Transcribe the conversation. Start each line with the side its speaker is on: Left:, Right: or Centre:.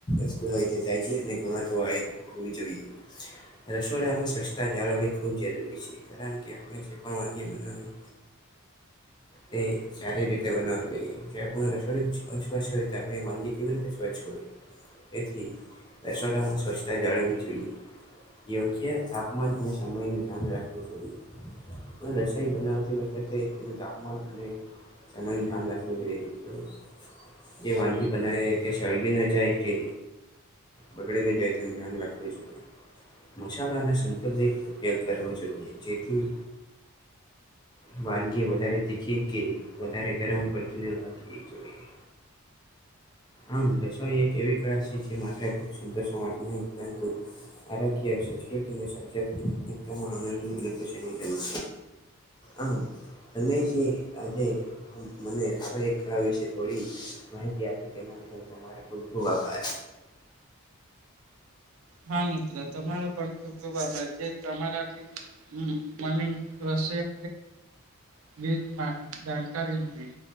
Left: વસ્તુ હોય, તે તાજી અને ગુમાત વાળી હોય હો જોઈ રસોડામાં સસ્તા જાળવવી ખૂબ જરૂરી છે. કારણ કે આપણે જે પરવાનગી બનાવી તે સારી રીતે બનાવા જોઈએ જે આપ રસોડ જ હો આપ મનગ કરું વાચ્ હોવી. એથી રેસડા શસ્તા જાઝવુ જોઈએ. યોગ્ય તાપમાન અને સમયનું ધ્યાન રાખવું જોઈએ. દશાય બનાવતી વખતે તેનું તાપમાન અને એય ધ્યાન રાખવું જોઈએ. જે વાનગી બનાવે તે શળગી ન જાય છે. બગડે ન જાય ત એને ધ્યાન રાખવાવી જોઈએ. મસાલાનો સંતુલિત ઉપયોગ કરવો જોઈએ જેથી વાનગી વધારે તીખી કે વધારે ગરમ પલતીને ભાગવી જોઈએ. આમ રસોઈ એક એવી કળા છે જે માત્રએ ભૂગ સંંતર્ષવા માટે નહીં પરંતુ આરોગ્ય સંસ્કૃતિ અને સજત આનંદ ન અ સમ જાય છે. આમ તમે જે આજે મને એક કરાવ્યું છે. થોડી માહિતી આપી તેના બદલ તમારો ખૂબ ખૂબ આભાર.
Right: હા મિત્ર તમારો પણ ખૂબ ખૂબ આભાર છે તમારાથી હ મને ર વિવિ જાણકારી મળી